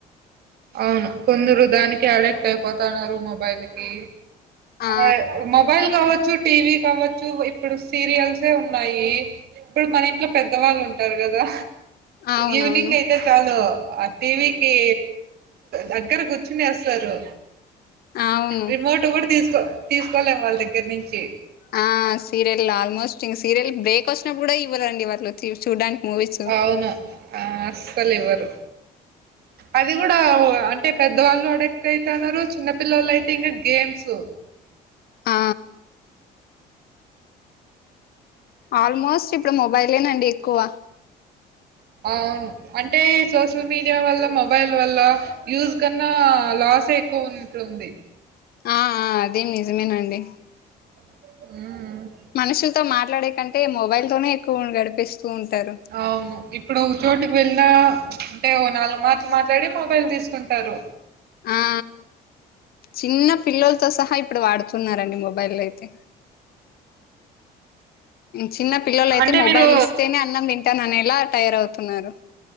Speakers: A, on the right (about 70°); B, on the left (about 65°).
A: అవును కొందరు దానికి అడిక్ట్ అయిపోతున్నారు మొబైల్ కి
B: ఆ
A: అ మ మొబైల్ కావచ్చు టీవీ కావచ్చు ఇప్పుడు సీరియల్సే ఉన్నాయి ఇప్పుడు మన ఇంట్లో పెద్దవాళ్ళు ఉంటారు కదా
B: అవునవును
A: ఈవినింగ్ అయితే చాలు ఆ టీవీకి దగ్గర కూర్చునేస్తారు
B: అవును
A: రిమోట్ కూడా తీసుకో తీసుకోలేం వాళ్ళ దగ్గర నుంచి
B: ఆ సీరియల్ ఆల్మోస్ట్ ఇంక సీరియల్ బ్రేక్ వచ్చినప్పుడు కూడా ఇవ్వరండి వాళ్ళు చూడ్డానికి మూవీస్
A: అవునా ఆ అస్సలు ఇవ్వరు అది కూడా అంటే పెద్దవాళ్ళు అడక్ట్ అయితన్నరు చిన్న పిల్లలు అయితే ఇంకా గేమ్స్
B: ఆ ఆల్మోస్ట్ ఇప్పుడు మొబైలేనండి ఎక్కువ
A: ఆ అవును అంటే సోషల్ మీడియా వల్ల మొబైల్ వల్ల యూజ్ కన్నా లాసే ఎక్కువ ఉన్నట్టు ఉంది
B: ఆ అదీ నిజమేనండి
A: ఉమ్ ఉ
B: మనుషులతో మాట్లాడే కంటే మొబైల్ తోనే ఎక్కువ గడీపేస్తూ ఉంటారు
A: అవును ఇప్పుడు ఒక చోటుకి వెళ్ళినా అంటే ఓ నాలుగు మాట్లు మాట్లాడి మొబైల్ తీసుకుంటారు
B: ఆ చిన్న పిల్లలతో సహా ఇప్పుడు వాడుతున్నారండి మొబైల్ అయితే చిన్న పిల్లల అయితే
A: అంటే
B: మొబైల్
A: మీరు
B: ఇస్తేనే అన్నం తింటాను అనేలా తయర్ అవుతున్నారు